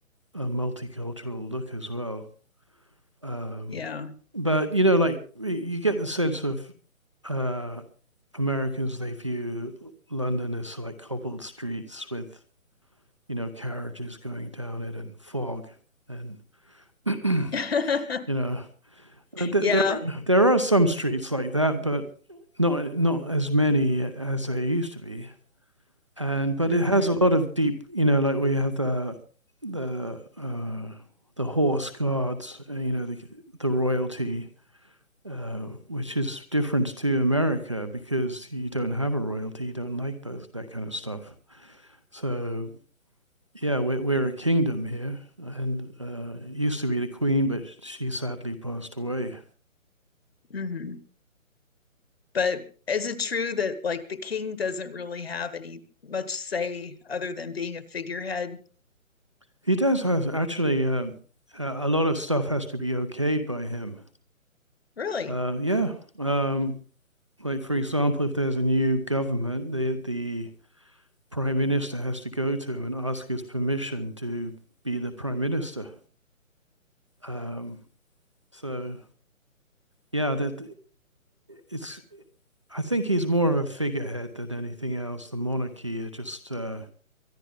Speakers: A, on the right (about 20°); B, on the left (about 45°).
A: a multicultural look as well. Um,
B: Yeah.
A: but, you know, like you get the sense of uh, Americans they view London as like cobbled streets with you know carriages going down it and fog and <clears throat>
B: <laughs>
A: you know uh, th-
B: Yeah.
A: there are, there are some streets like that, but not not as many as there used to be. And but
B: Mhm.
A: it has a lot of deep you know like we have the the uh, the horse guards uh, you know the the royalty uh, which is different to America because you don't have a royalty, you don't like those that kind of stuff. So yeah, we're we're a kingdom here, and uh, used to be the queen, but she sadly passed away.
B: Mhm. But is it true that like the king doesn't really have any much say other than being a figurehead?
A: He does has actually um, a a lot of stuff has to be okayed by him.
B: Really?
A: Uh, yeah, um, like for example, if there's a new government, the the prime minister has to go to him and ask his permission to be the prime minister. Um, so yeah, that it's. I think he's more of a figurehead than anything else. The monarchy are just uh,